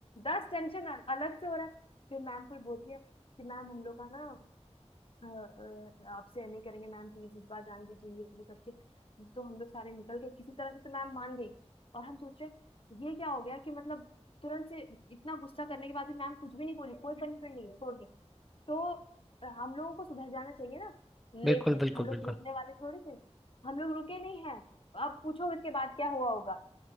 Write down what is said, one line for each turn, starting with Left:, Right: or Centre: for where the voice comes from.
Left: दस टेंशन अलग से हो रहा है फिर मैम फिर बोलती है कि मैम हम लोग का ना अ, अ, आपसे नहीं करेंगे मैम प्लीज इस बार जाने दीजिए ये वो करके तो हम लोग सारे निकल गए किसी तरह से तो मैम मान गई और हम सोच रहे ये क्या हो गया कि मतलब तुरंत से इतना गुस्सा करने के बाद भी मैम कुछ भी नहीं बोली कोई पनिशमेंट नहीं छोड़ दी तो अ, हम लोगों को सुधर जाना चाहिए ना लेकिन
Centre: बिल्कुल बिल्कुल
Left: हम लोग
Centre: बिल्कुल
Left: रुकने वाले थोड़ी थे हम लोग रुके नहीं हैं अब पूछो इसके बाद क्या हुआ होगा